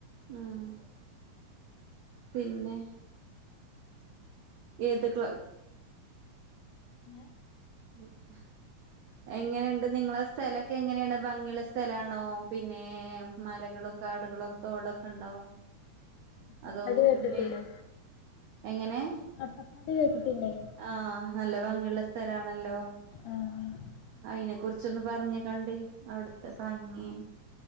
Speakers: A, on the right (about 70°); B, on the left (about 80°).
A: ആഹ് പിന്നെ ഏതുക്കള്
B: ഏഹ്
A: <unintelligible> എങ്ങനെയുണ്ട് നിങ്ങളെ സ്ഥലൊക്കെ എങ്ങനെയാണ് ഭംഗിയുള്ള സ്ഥലണോ? പിന്നേ മലകളും കാടുകളും തോടൊക്കെണ്ടാവും
B: അട്ടപ്പാടി
A: അതോ
B: കേട്ടിട്ടില്ലേ
A: പിന്നെയ് എങ്ങനേ
B: അട്ടപ്പാടി കേട്ടിട്ടില്ലേ
A: ആഹ് നല്ല ഭംഗിയുള്ള സ്ഥലാണല്ലോ
B: ആഹ്
A: അയ്നെ കുറിച്ചൊന്ന് പറഞ്ഞേ കണ്ടേ അവിടുത്തെ ഭംഗിം